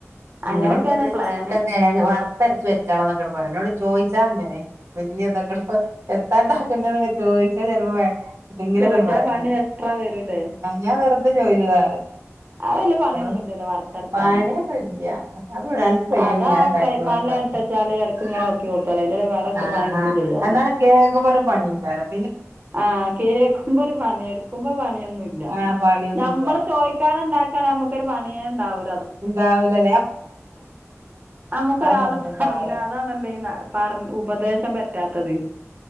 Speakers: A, on the right; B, on the right.
A: അങ്ങനൊക്കേണ്
B: ഇന്നോട് ഇപ്പംന്ന്
A: പ്ലാന്
B: ചീക്കൻ തേങ്ങ വറുത്തരച്ച് വെച്ചാളന്നൊക്കെണ് പറഞ്ഞെ എന്നോട് ചോയി ച്ച അങ്ങനെ വല്ല്യ ഇതൊക്കെ ഇപ്പം എത്താണ്ടാക്കണ്ടെന്നൊക്കെ ചോദിച്ചാ ചിലപ്പോ തെങ്കിലൊക്കെ
A: ചോയിച്ചാ
B: ഇണ്ട്പറേ
A: പണി എക്സ്ട്രാ വരൂലേ
B: ഞാൻ വെറുത തെചോയ്ച്ചതാ
A: അത് വല്യ പണിയൊന്നുല്ലല്ലോ
B: <unintelligible>
A: വറുത്തരക്കാന്
B: പാണിയൊന്നുല്ല <unintelligible> അന്ക്ക് വെയ്യങ്കിഞാൻണ്ടാക്കി
A: അതാ ഫ്രൈപാനില്
B: <unintelligible>
A: ഇട്ടച്ചാല് ഇടക്ക് ഇങ്ങനെ ഇളക്കി കൊടുത്താല് അതിന്റെ വേറെറ്റ
B: ആഹ്
A: പണി എടുക്കും ചെയ്യാലോ
B: എന്നാല് കേൾക്കുമ്പോ ഒരു പണിയെയ്ക്കാരം
A: ആഹ് കേൾക്കുമ്പോ ഒരു പണി എടുക്കുമ്പോ പണിയൊന്നുംല്ല
B: ആഹ് പണിയൊന്നുല്ല
A: ഞമ്മള് ചോയ്ക്കാതെ ഉണ്ടാക്ക- നമുക്കൊരു പണിയ ഉണ്ടാവും
B: ണ്ടാവുലലെ
A: നമുക്ക് ഒരാള്
B: സംഭവവും
A: പറഞ്ഞാ
B: ഭാരം
A: അതാണല്ലേ ഈ പറ ഉപദേശം പറ്റാത്തത്